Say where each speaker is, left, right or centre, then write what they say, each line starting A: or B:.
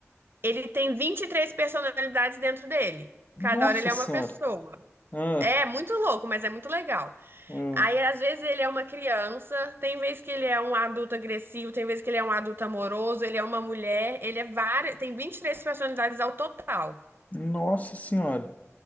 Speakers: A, on the right (about 45°); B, on the left (about 30°).
A: Ele tem 23 personalidades dentro dele.
B: Nossa
A: Cada hora ele é
B: Senhora!
A: uma pessoa.
B: Ah,
A: É muito louco, mas é muito legal.
B: ah,
A: Aí, às vezes, ele é uma criança, tem vez que ele é um adulto agressivo, tem vez que ele é um adulto amoroso, ele é uma mulher, ele é várias. Tem 23 personalidades ao total.
B: nossa Senhora!